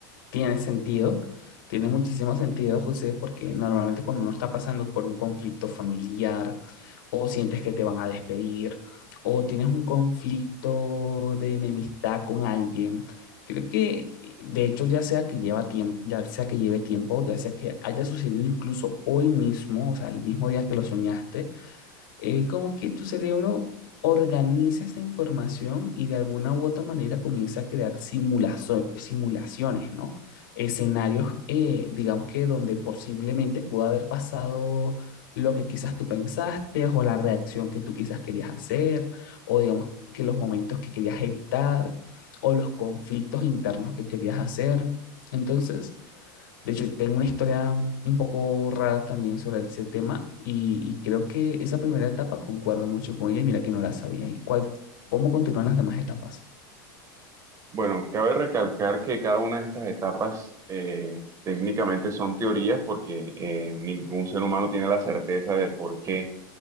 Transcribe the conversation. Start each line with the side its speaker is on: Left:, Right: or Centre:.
Left: tiene sentido, tiene muchísimo sentido, José, porque normalmente cuando uno está pasando por un conflicto familiar o sientes que te van a despedir o tienes un conflicto de enemistad con alguien, creo que eh, de hecho ya sea que lleva tiempo, ya sea que lleve tiempo, ya sea que haya sucedido incluso hoy mismo, o sea, el mismo día que lo soñaste, eh, como que tu cerebro organiza esa información y de alguna u otra manera comienza a crear simulazo- simulaciones, ¿no? Escenarios, eh, digamos que donde posiblemente pudo haber pasado lo que quizás tú pensaste o la reacción que tú quizás querías hacer, o digamos que los momentos que querías evitar, o los conflictos internos que querías hacer. Entonces, de hecho, tengo una historia un poco rara también sobre ese tema y, y creo que esa primera etapa concuerdo mucho con ella y mira que no la sabía. ¿Y cuál, cómo continúan las demás etapas?
Right: Bueno, cabe recalcar que cada una de estas etapas eh, técnicamente son teorías porque eh, ningún ser humano tiene la certeza del por qué